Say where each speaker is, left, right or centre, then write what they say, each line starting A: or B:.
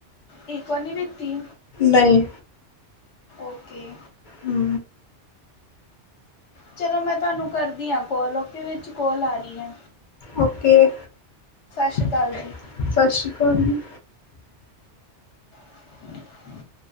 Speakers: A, on the left; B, on the left.
A: ਇੱਕ ਵ ਨਹੀਂ ਲਿੱਤੀ।
B: ਨਹੀਂ।
A: ਓਕੇ।
B: ਹੂੰ
A: ਚਲੋ, ਮੈਂ ਤੁਹਾਨੂੰ ਕਰਦੀ ਆ ਕੋਲ, ਓਕੇ, ਵਿੱਚ ਕੋਲ ਆ ਰਹੀ ਏ।
B: ਓਕੇ,
A: ਸ਼੍ਰੀ
B: ਸਤਿ
A: ਅਕਾਲ ਜੀ
B: ਸ੍ਰੀ ਅਕਾਲ ਜੀ।
A: <inaudible>